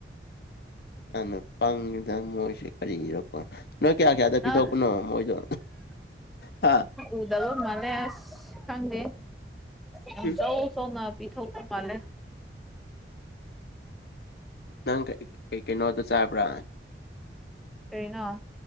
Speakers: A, on the left (about 60°); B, in the centre.
A: ꯌꯥꯝꯅ ꯄꯪꯉꯤꯗ ꯃꯣꯏꯁꯦ ꯀꯔꯤꯔꯣ ꯅꯣꯏ ꯀꯌꯥ ꯀꯌꯥꯗ
B: ꯅꯪ
A: ꯄꯤꯊꯣꯛꯄꯅꯣ ꯃꯣꯏꯗꯣ ꯍꯥ
B: ꯎꯗꯕꯃꯥꯜꯂꯦ ꯑꯁ ꯈꯪꯗꯦ ꯌꯝ
A: ꯎꯝ
B: ꯆꯧꯆꯧꯉꯥꯛ ꯄꯤꯊꯣꯛꯄ ꯃꯥꯜꯂꯦ
A: ꯅꯪ ꯀꯩꯀꯩ ꯀꯩꯅꯣꯗꯣ ꯆꯥꯕ꯭ꯔ
B: ꯀꯔꯤꯅꯣ